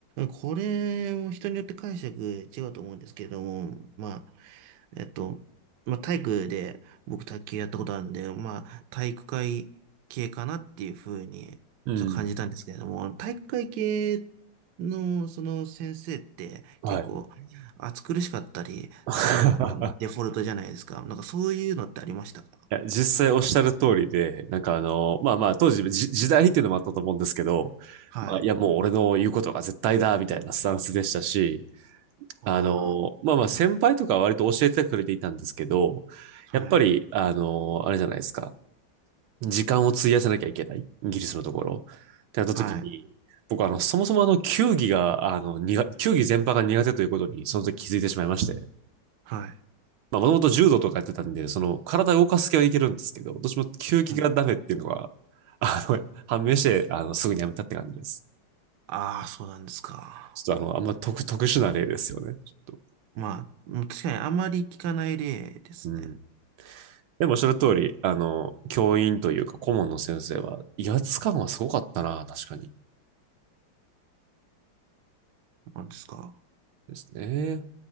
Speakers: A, on the right; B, on the right.
A: これも人によって解釈違うと思うんですけれども、まあ、えっと、まあ、体育で僕卓球やったことあるんで、まあ、体育会系かなっていうふうにちょっと感じたんですけれども、
B: うん。
A: 体育会系のその先生って結構暑苦しかったりするのがデフォルトじゃないですか。
B: はい。<laughs>
A: なんかそういうのってありましたか
B: いや、実際おっしゃる通りで、なんかあの、まあまあ、当時じ時代っていうのもあったと思うんですけど、
A: はい。
B: まあ、いや、もう俺の言うことが絶対だ、みたいなスタンスでしたし、
A: あ
B: あの、まあまあ、先輩とかは割と教えてくれていたんですけど、
A: あ、
B: やっぱり、
A: はい。
B: あの、あれじゃないですか、時間を費やさなきゃいけない、イギリスのところ。ってなった時に、
A: はい。
B: 僕はあの、そもそもあの、球技が、あの、苦球技全般が苦手ということに、その時気づいてしまいまして。
A: はい。
B: まあ、もともと柔道とかやってたんで、その体を動かす系はいけるんですけど、どっちも球技がダメっていうのは、
A: はい。
B: <laughs> あの、判明して、あの、すぐにやめたって感じです。
A: ああ、そうなんですか。
B: ちょっとあの、あんま特、特殊な例ですよね。ちょっと。
A: まあ、確かにあまり聞かない例ですね。
B: うん。でもおっしゃる通り、あの、教員というか顧問の先生は、威圧感はすごかったな、確かに。
A: なんですか。
B: ですね。